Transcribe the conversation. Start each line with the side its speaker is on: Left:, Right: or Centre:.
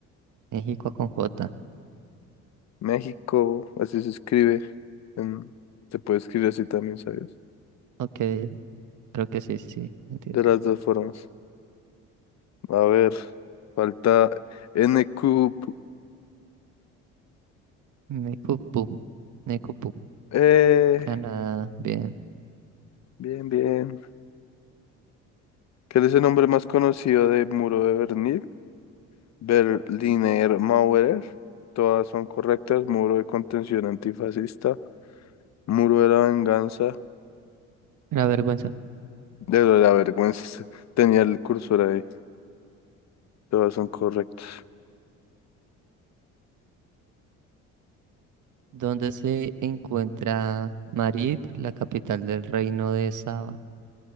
Right: México con J.
Left: México, así se escribe. en- Se puede escribir así también, ¿sabes?
Right: Ok, creo que sí, sí, mentiras.
Left: De las dos formas. A ver, falta N Q
Right: Necupum, Necupum,
Left: Eh,
Right: Canadá, bien.
Left: bien, bien. ¿Cuál es el nombre más conocido de Muro de Berlín? Berliner Mauer, todas son correctas, muro de contención antifascista, muro de la venganza,
Right: La vergüenza.
Left: de la vergüenza, <laughs> tenía el cursor ahí, todas son correctas.
Right: ¿Dónde se encuentra Marib, la capital del reino de Saba?